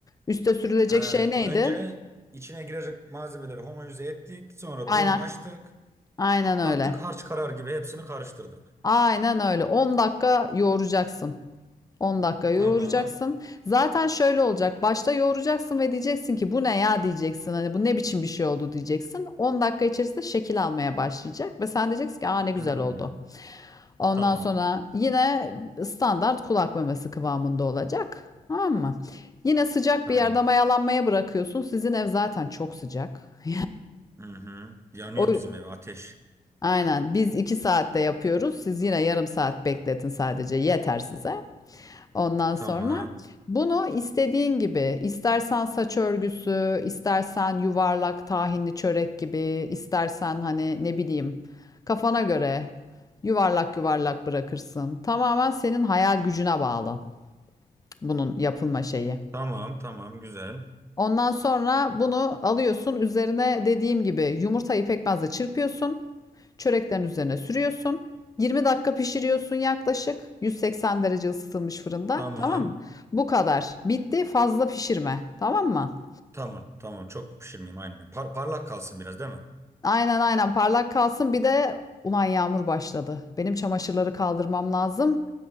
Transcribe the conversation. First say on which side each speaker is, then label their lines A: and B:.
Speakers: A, on the left; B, on the right.
A: Üste sürülecek
B: Ha,
A: şey neydi?
B: o önce içine girecek malzemeleri homojenize ettik. Sonra
A: Aynen.
B: da unu açtık.
A: Aynen öyle.
B: Attık harç karar gibi hepsini karıştırdık.
A: Aynen öyle. 10 dakika yoğuracaksın. 10 dakika yoğuracaksın.
B: Tamam.
A: Zaten şöyle olacak. Başta yoğuracaksın ve diyeceksin ki bu ne ya diyeceksin. Hani bu ne biçim bir şey oldu diyeceksin. 10 dakika içerisinde şekil almaya başlayacak ve sen diyeceksin ki aa ne güzel
B: Hmm,
A: oldu. Ondan
B: tamam.
A: sonra yine standart kulak memesi kıvamında olacak. Tamam mı? Yine sıcak
B: Tamam.
A: bir yerde mayalanmaya bırakıyorsun. Sizin ev zaten çok sıcak. <laughs>
B: Hı hı. Yanıyor
A: O
B: bizim ev ateş.
A: aynen biz 2 saatte yapıyoruz. Siz yine yarım saat bekletin sadece yeter size. Ondan
B: Tamam.
A: sonra bunu istediğin gibi istersen saç örgüsü, istersen yuvarlak tahinli çörek gibi, istersen hani ne bileyim kafana göre yuvarlak yuvarlak bırakırsın. Tamamen senin hayal gücüne bağlı bunun yapılma şeyi.
B: Tamam tamam güzel.
A: Ondan sonra bunu alıyorsun. Üzerine dediğim gibi yumurtayı pekmezle çırpıyorsun. Çöreklerin üzerine sürüyorsun. 20 dakika pişiriyorsun yaklaşık 180 derece ısıtılmış fırında.
B: Tamam.
A: Tamam mı? Bu kadar. Bitti. Fazla pişirme. Tamam mı?
B: Tamam. Tamam. Çok pişirmeyeyim aynen. Par- parlak kalsın biraz değil mi?
A: Aynen aynen parlak kalsın. Bir de ulan yağmur başladı. Benim çamaşırları kaldırmam lazım.